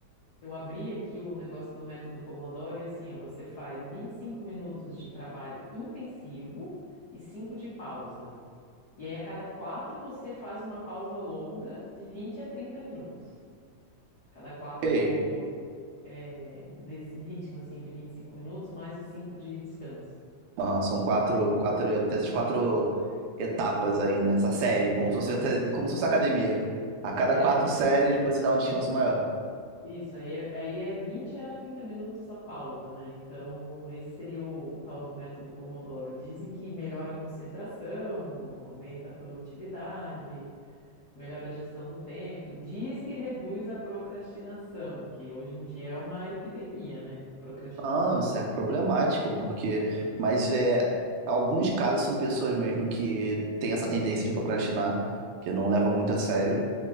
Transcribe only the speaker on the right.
E aí?
Aham, são quatro, quatro, essas quatro etapas aí, né? Essa série,
como se fosse, até- como se fosse academia. A cada
quatro séries você dá um descanso maior.
Não, isso é problemático, porque. Mas é, alguns casos são pessoas mesmo que têm essa tendência de procrastinar, que não leva muito a sério.